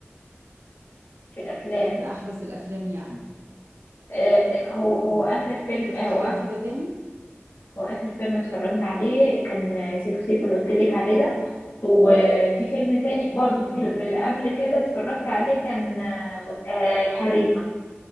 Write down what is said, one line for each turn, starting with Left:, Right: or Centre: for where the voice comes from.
Left: في الأفلام
Right: باحدث الافلام يعني
Left: آه هو هو
Right: مم.
Left: آخر فيلم
Right: شفتي
Left: آه
Right: حاجه
Left: هو آخر
Right: جديده تاني
Left: هو آخر فيلم اتفرجنا عليه كان سيكو سيكو اللي قلت لك عليه ده وفي فيلم تاني برضو في
Right: اه
Left: من اللي قبل كده اتفرجت عليه كان آه، آه، الحريفة